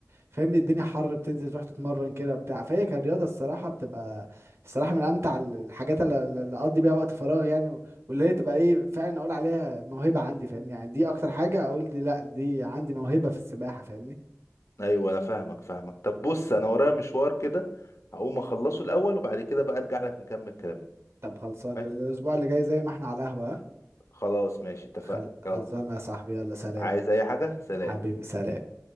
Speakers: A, on the right; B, on the left.
A: فاهمني الدنيا حر بتنزل تروح تتمرن كده بتاع فهي كرياضة الصراحة بتبقى الصراحة من أمتع ال- الحاجات اللي اللي أقضي بيها وقت فراغ يعني و- واللي هي تبقى إيه فعلا أقول عليها موهبة عندي فاهمني يعني دي أكتر حاجة أقول دي لأ دي عندي موهبة في السباحة فاهمني
B: ايوه انا فاهمك فاهمك طب بص انا ورايا مشوار كده هقوم اخلصه الاول وبعد كده بقى ارجع لك نكمل كلامنا
A: طب خلصانة
B: ماشي؟
A: الأسبوع اللي جاي زي ما إحنا على القهوة ها؟
B: خلاص ماشي اتفقنا
A: خل... خلصانة
B: يلا
A: يا صاحبي يلا سلام
B: عايز اي حاجة سلام
A: حبيبي سلام